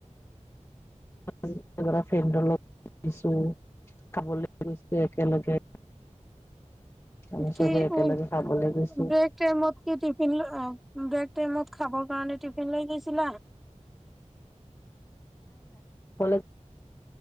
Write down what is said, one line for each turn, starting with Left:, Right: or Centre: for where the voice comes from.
Left: উ', ছো খাবলৈ গৈছে একেলগে আমি
Centre: কি
Left: চবে একেলগে
Centre: উ
Left: খাবলৈ গৈছো
Centre: ব্ৰেক টাইমত কি টিফিন ব্ৰেক টেমত খাবৰ কাৰণে টিফিন লৈ গৈছিলা
Left: কলেজ